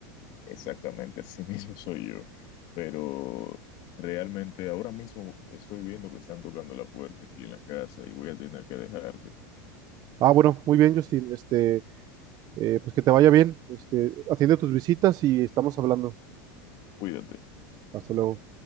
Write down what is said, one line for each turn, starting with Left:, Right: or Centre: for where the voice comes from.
Left: exactamente, así <laughs> mismo soy yo, pero realmente ahora mismo estoy viendo que están tocando la puerta aquí en la casa y voy a tener que dejarte.
Right: Ah, bueno, muy bien, Justin. Este, eh, pues que te vaya bien. Este, atiende tus visitas y estamos hablando.
Left: Cuídate.
Right: Hasta luego.